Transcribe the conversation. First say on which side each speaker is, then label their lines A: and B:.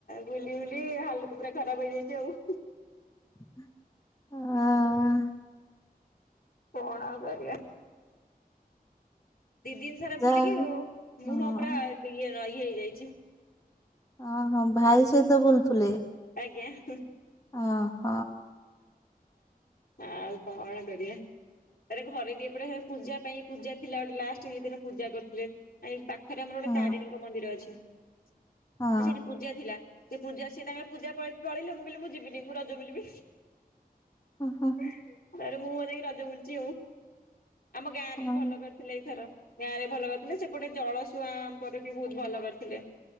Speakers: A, on the left (about 65°); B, on the left (about 20°).
A: ବୁଲି ବୁଲି ହାଲତ୍ ପୁରା ଖରାପ ହେଇଯାଇଛି ଆଉ।
B: ହଁ।
A: କଣ ଆଉ କରିବା। ଦି ଦିନ ସାରା ବୁଲିକି
B: ଯା ହଉ
A: ଆଉ
B: ହଁ
A: ମୁହଁ ପୁରା ବ ଇଏ ରଇ ହେଇଯାଇଛି।
B: ଅ ହ ଭାଇ ସହିତ ବୁଲୁଥିଲେ?
A: ଆଜ୍ଞା ହୁଁ।
B: ଅହ।
A: ଆ ଆଉ କଣ କରିବା। ତାପରେ ଘରେ ବି ଏପଟେ ହେ ପୂଜା ପାଇଁ ପୂଜା ଥିଲା ଗୋଟେ ଲାଷ୍ଟେ କି ଦିନ ପୂଜା କରୁଥିଲେ। ଆ ଏଇ ପାଖରେ ଆମର ଗୋଟେ
B: ହଁ
A: ତାରିଣୀଙ୍କ ମନ୍ଦିର ଅଛି ଆ
B: ହଁ
A: ସେଠି ପୂଜା ଥିଲା। ସେ ପୂଜା ସେ ତାଙ୍କର ପୂଜା ପାଇଁ ପଳେଇଲେ ମୁଁ କହିଲି ମୁଁ ଯିବିନି ମୁଁ ରଜ ବୁଲିବି।
B: ହଁ
A: ତପାରେ ମୁଁ ମୋର ଯାଇକି ରଜ ବୁକୁଛି ଆଉ ଆମ ଗାଁରେ
B: ହଁ
A: ବି ଭଲ କରି ଥିଲେ ଏଇଥର ଗାଁ ରେ ଭଲ କରିଥିଲେ ସେପଟେ ଜଳ ଶୁଆ ପରେ ବି ବୋହୁତ ଭଲ କରିଥିଲେ।